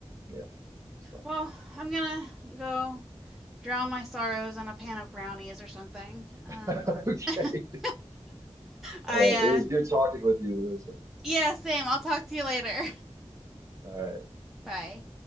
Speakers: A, on the right (about 30°); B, in the centre.
A: yeah. So
B: Well, I'm gonna go drown my sorrows in a pan of brownies or something. Um,
A: <laughs> okay,
B: <laughs> I
A: all right. It was
B: uh,
A: good talking with you, Larissa.
B: Yeah, same. I'll talk to you later.
A: All right.
B: <laughs> Bye.